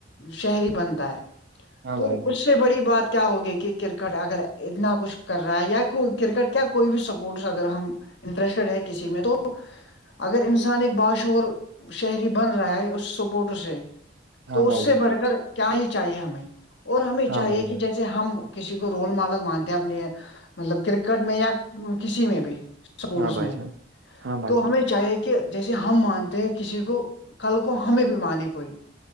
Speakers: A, on the left; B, on the right.
A: شہری بنتا ہے
B: ہاں
A: تو
B: بھائی جان
A: اس سے بڑی بات کیا ہوگی کہ کرکٹ اگر اتنا کچھ کر رہا ہے یا کرکٹ کیا کوئی بھی سپورٹس اگر ہم انٹرسٹیڈ ہے کسی میں تو اگر انسان ایک باشعور شہری بن رہا ہے اس سپورٹ سے
B: ہاں
A: تو اس
B: بھائی
A: سے
B: جان
A: بڑھ کر کیا ہی چاہیے ہمیں اور ہمیں چاہیے
B: ہاں بھائی جان
A: کہ جیسے ہم کسی کو رول ماڈل مانتے ہیں اپنے مطلب کرکٹ میں یا کسی میں بھی سپورٹس
B: ہاں بھائی
A: میں
B: جان ہاں بھائی
A: تو
B: جان
A: ہمیں چاہیے کہ کہ جیسے ہم مانتے ہیں کسی کو کل کو ہمیں بھی مان کوئی